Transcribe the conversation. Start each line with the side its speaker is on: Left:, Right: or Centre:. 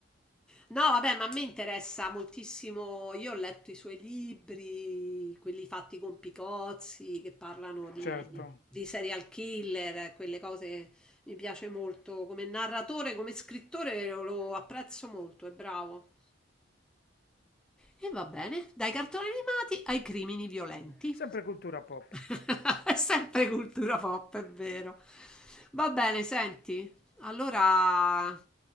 Centre: No, vabbè, ma a me interessa moltissimo. Io ho letto i suoi libri, quelli fatti con Picozzi, che parlano di,
Left: Certo.
Centre: di serial killer, eh, quelle cose mi piace molto. Come narratore, come scrittore lo, lo apprezzo molto, è bravo. E va bene, dai cartoni animati ai crimini violenti.
Left: Sempre cultura pop.
Centre: <laughs> È sempre cultura pop, è vero. Va bene, senti, allora